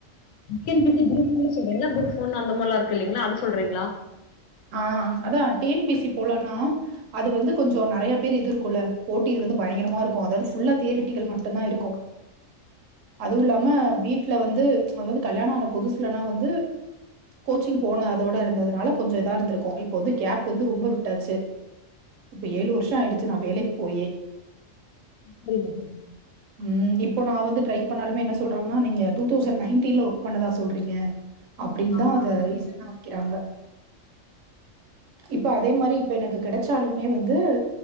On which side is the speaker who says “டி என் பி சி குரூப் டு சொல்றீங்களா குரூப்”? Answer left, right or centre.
Left